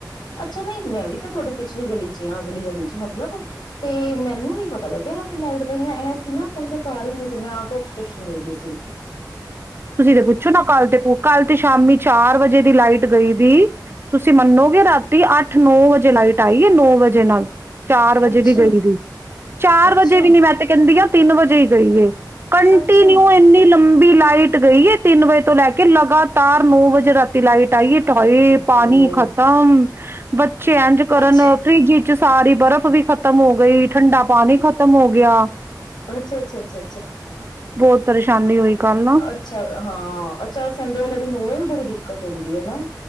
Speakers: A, on the left; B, on the right.
A: ਅੱਛਾ ਨਹੀਂ ਮੈਂ ਵੀ ਤੇ ਤੁਹਾਡੇ ਪਿੱਛੇ ਅਲੀ ਗਲੀ ਚ ਆਂ, ਅਗਲੀ ਗਲੀ ਚ ਮਤਲਬ ਤੇ ਮੈਨੂੰ ਨੀ ਪਤਾ ਲੱਗਿਆ ਰਾਤੀ ਲਾਈਟ ਦਾ, ਇਹ ਸੀ ਨਾ ਕੱਲ ਮੈਂ ਘਰ ਹੀ ਨਹੀਂ ਸੀ ਮੈਂ ਆਊਟ ਆਫ ਸਟੇਸ਼ਨ ਗਈ ਸੀ।
B: ਤੁਸੀਂ ਤੇ ਪੁੱਛੋ ਨਾ, ਕੱਲ ਤੇ, ਕੱਲ ਤੇ ਸ਼ਾਮੀ ਚਾਰ ਵਜੇ ਦੀ ਲਾਈਟ ਗਈ ਦੀ ਤੁਸੀਂ ਮੰਨੋਗੇ ਰਾਤੀ ਅੱਠ ਨੌ ਵਜੇ ਲਾਈਟ ਆਈ ਏ, ਨੌ ਵਜੇ ਨਾਲ। ਚਾਰ ਵਜੇ
A: ਅੱਛਾ
B: ਦੀ ਗਈ ਦੀ, ਚਾਰ
A: ਅੱਛਾ
B: ਵਜੇ ਵੀ ਨੀ ਮੈਂ ਤੇ ਕਹਿੰਦੀ ਆ ਤਿੰਨ ਵਜੇ ਹੀ ਗਈ ਏ। ਕੰਟੀਨਿਊ
A: ਅੱਛਾ
B: ਇੰਨੀ ਲੰਬੀ ਲਾਈਟ ਗਈ ਹੈ ਤਿੰਨ ਵਜੇ ਤੋਂ ਲੈ ਕੇ ਲਗਾਤਾਰ ਨੌ ਵਜੇ ਰਾਤੀ ਲਾਈਟ ਆਈ ਏ। ਹਾਏ
A: ਓਹੋ
B: ਪਾਣੀ ਖਤਮ। <unintelligible> ਚੇਂਜ ਕਰਨ
A: ਅੱਛਾ
B: ਫ੍ਰੀਜ <unintelligible> ਚ ਸਾਰੀ ਬਰਫ਼ ਵੀ ਖ਼ਤਮ ਖਤਮ ਹੋ ਗਈ, ਠੰਡਾ ਪਾਣੀ ਖਤਮ ਹੋ ਗਿਆ।
A: ਅੱਛਾ-ਅੱਛਾ, ਅੱਛਾ-ਅੱਛਾ,
B: ਬਹੁਤ ਪਰੇਸ਼ਾਨੀ ਹੋਈ ਕੱਲ ਨਾ
A: ਅੱਛਾ ਹਾਂ। ਹਾਂ ਅੱਛਾ ਸੰਡੇ ਵਾਲੇ ਦਿਨ ਓਵੇਂ ਵੀ ਬੜੀ ਦਿੱਕਤ ਹੁੰਦੀ ਹੈ ਨਾ?